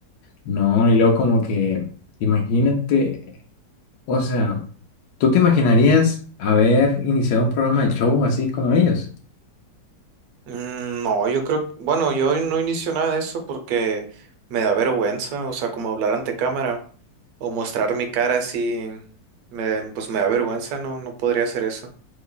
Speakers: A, on the left; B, on the right.
A: No, y luego como que, imagínate, o sea, ¿tú te imaginarías haber iniciado un programa de show así como ellos?
B: Mm, No, yo creo... Bueno, yo no inicio nada de eso porque me da vergüenza. O sea, como hablar ante cámara o mostrar mi cara así, me, pues me da vergüenza. No, no podría hacer eso.